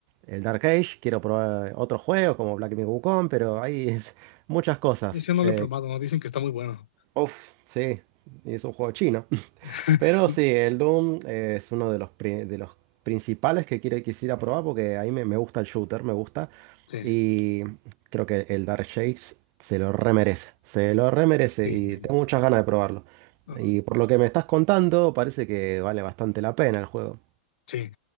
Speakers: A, on the right; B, on the left.
A: el Dark Age, quiero probar otros juegos como Black Myth Wukong, pero hay <laughs> es- muchas cosas.
B: Ese no
A: Eh,
B: lo he probado, ¿no? Dicen que está muy bueno.
A: uf, sí, y es un juego chino.
B: <laughs>
A: Pero sí, el Doom eh, es uno de los, pri- de los principales que quiere, quisiera probar porque ahí me, me gusta el shooter, me gusta.
B: Sí.
A: Y creo que el Dark Shakes se lo remerece, se lo remerece
B: Sí,
A: y
B: sí, sí.
A: tengo muchas ganas de probarlo.
B: Ajá.
A: Y por lo que me estás contando, parece que vale bastante la pena el juego.
B: Sí.